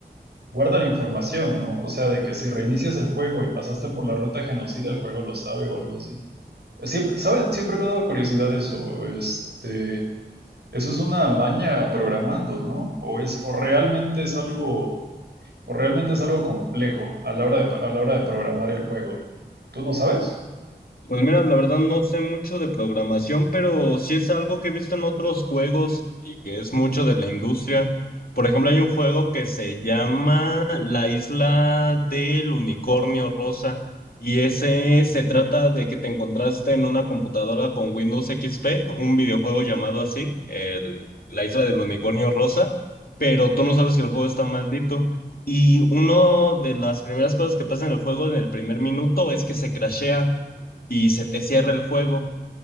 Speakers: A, on the right (about 70°); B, on the left (about 55°).
A: guarda la información, ¿no? O sea, de que si reinicias el juego y pasaste por la ruta genocida, el juego lo sabe o algo así. Siempre, ¿sabes? Siempre me ha dado curiosidad eso. Este, eso es una maña programando, ¿no? O es, o realmente es algo, o realmente es algo complejo a la hora de, a la hora de programar el juego. ¿Tú no sabes?
B: Pues mira, la verdad no sé mucho de programación, pero sí es algo que he visto en otros juegos y que es mucho de la industria. Por ejemplo, hay un juego que se llama La Isla del Unicornio Rosa y ese se trata de que te encontraste en una computadora con Windows XP, un videojuego llamado así, el- La Isla del Unicornio Rosa, pero tú no sabes que el juego está maldito. Y una de las primeras cosas que pasa en el juego en el primer minuto es que se crashea y se te cierra el juego.